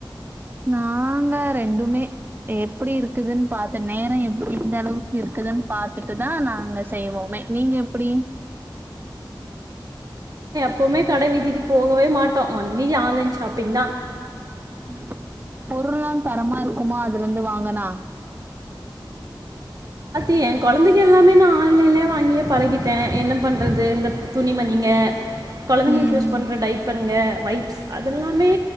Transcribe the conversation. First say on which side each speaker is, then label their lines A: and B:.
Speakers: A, on the right; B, on the right.
A: நாங்க ரெண்டுமே எப்படி இருக்குதுன்னு பாத்த நேர எடி எந்த அளவுக்கு இருக்குதுன்னு பாத்துட்டுதா நாங்க செய்வோமே நீங்க எப்படி
B: பொப்பமே கடைவிதிக்கு கு போகவே மாட்டோ ஒன்லி ஆன்லைன் ஷாப்பிங் தா
A: ம் பொருள்லா தரமா இருக்குமா அதுலருந்து வாங்குனா
B: ஏ கொழந்தைக எல்லாமே நா ஆன்லைன்லயே வாங்கியே பழகிட்டே என்ன பண்றது இந்த துணிமணிங்க கொழந்தைங்களுக்கு
A: ம்
B: யூஸ் பண்ற டைப்பர்ங்க வைப்ஸ் அதெல்லாமே